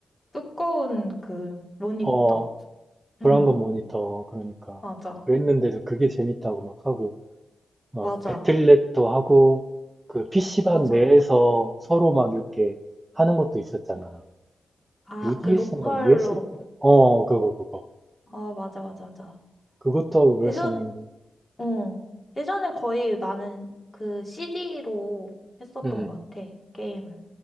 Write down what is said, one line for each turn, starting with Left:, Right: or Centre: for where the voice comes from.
Left: 두꺼운 그 모니터.
Right: 어, 브라운관
Left: 응,
Right: 모니터 그러니까
Left: 맞아.
Right: 그랬는데도 그게 재밌다고 막 하고 막
Left: 맞아.
Right: 배틀넷도 하고 그 PC방
Left: 맞아,
Right: 내에서
Left: 맞아.
Right: 서로 막 이렇게 하는 것도 있었잖아.
Left: 아,
Right: UDS인가
Left: 그 로컬로.
Right: USB인가? 어, 그거 그거
Left: 아, 맞아, 맞아, 맞아.
Right: 그것도 하고 그랬었는데.
Left: 예전, 어. 예전에 거의 나는 그 CD로 했었던
Right: 음.
Left: 것 같아. 게임을.